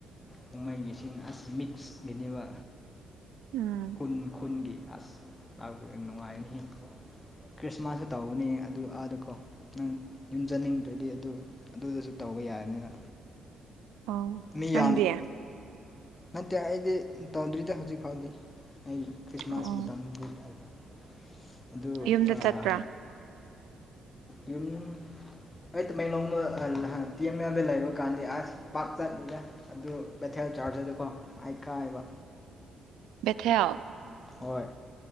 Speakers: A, on the left; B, on the right.
A: ꯄꯨꯝꯍꯩꯒꯤꯁꯤꯡ ꯑꯁ ꯃꯤꯛꯁꯀꯤꯅꯦꯕꯥ
B: ꯎꯝ
A: ꯈꯨꯟ ꯈꯨꯟꯒꯤ ꯑꯁ ꯂꯥꯛ ꯅꯨꯡꯉꯥꯏꯅꯤꯍꯦ ꯈ꯭ꯔꯤꯁꯃꯥꯁꯁꯨ ꯇꯧꯒꯅꯤ ꯑꯗꯨ ꯑꯥꯗ ꯀꯣ ꯅꯪ ꯌꯨꯝ ꯆꯠꯅꯤꯡꯗ꯭ꯔꯗꯤ ꯑꯗꯨ ꯑꯗꯨꯗꯁꯨ ꯇꯧꯕ ꯌꯥꯔꯅꯤꯅ
B: ꯑꯣ
A: ꯃꯤꯌꯥꯡ
B: ꯅꯪꯗꯤ
A: ꯅꯠꯇꯦ ꯑꯩꯗꯤ ꯇꯧꯗ꯭ꯔꯤꯗ ꯍꯧꯖꯤꯛ ꯐꯥꯎꯗꯤ ꯑꯩꯒꯤ ꯈ꯭ꯔꯤꯁꯃꯥꯁ
B: ꯑꯣ
A: ꯃꯇꯝꯒꯤ ꯍꯥꯏꯕ ꯑꯗꯨ
B: ꯌꯨꯝꯗ
A: ꯑꯥꯍ
B: ꯆꯠꯄ꯭ꯔꯥ
A: ꯌꯨꯝ ꯑꯩ ꯇꯃꯦꯡꯂꯣꯡꯗ ꯇꯤ ꯑꯦꯝꯗ ꯂꯩꯕ ꯀꯥꯟꯗꯤ ꯑꯁ ꯄꯥꯛ ꯆꯠꯅꯤꯡꯗꯦ ꯑꯗꯨ ꯕꯦꯊꯦꯜ ꯆꯥꯔꯖꯔꯗꯀꯣ ꯑꯩ ꯀꯥꯏꯕ
B: ꯕꯦꯊꯑꯦꯜ
A: ꯍꯣꯏ